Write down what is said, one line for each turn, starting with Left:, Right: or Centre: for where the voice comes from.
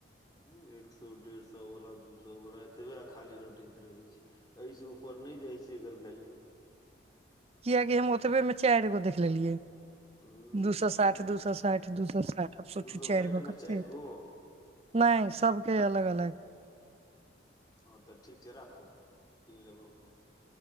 Left: ह एक सए डेढ़ सए सए व दू सए व एतब खाली रटैत रहै छै एहिसँ नहि जा एकर भैल्यू
Right: किएकि हम ओतबेमे चारिगो देख लेलिै
Left: ह
Right: दू सए साठ
Left: ठीक छै,
Right: दू सए साठि दू सए साठि अब सोचू
Left: दू सौ
Right: चारि
Left: साठि
Right: गो
Left: मे
Right: कते
Left: चारि गो
Right: नहि सबके अलग अलग <inaudible>
Left: हँ तऽ ठीक छै राखू कीन लेब अपने